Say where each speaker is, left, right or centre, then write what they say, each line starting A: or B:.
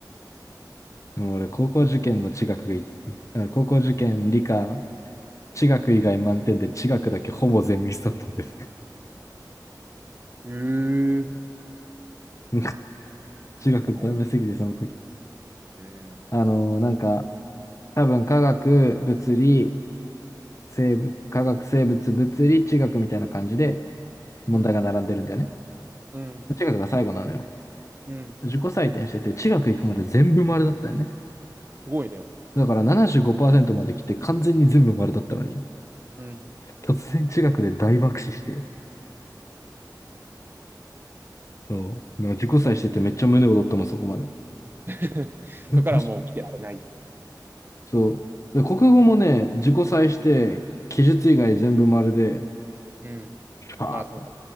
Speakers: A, on the left; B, on the right.
A: でも俺、高校受験の地学がい、あ高校受験理科、地学以外満点で地学だけほぼ全ミスだったんです。
B: うー。
A: <laughs> なんか、地学ダメすぎて、
B: まあ、近く思うんだけ
A: その時。
B: ど。うん。
A: あのーなんか、多分科学、物理、生物、科学、生物、物理、地学みたいな感じで問題が並んでるんだよね。
B: うん、うん、
A: 地学が最後なのよ。
B: うん。
A: 自己採点してて、地学行くまで全部丸だったよね。
B: すごいね。
A: だから75%まで来て完全に全部丸だったのに、
B: うん。
A: 突然地学で大爆死して、そう、なんか自己採しててめっちゃ胸躍ったもん、そこまで。
B: <laughs>
A: え、
B: そこからもう見てられない。
A: マジか。そう。で、国語もね、自己採して、記述以外全部丸で、
B: うん。
A: パーッ
B: あ、そうだ。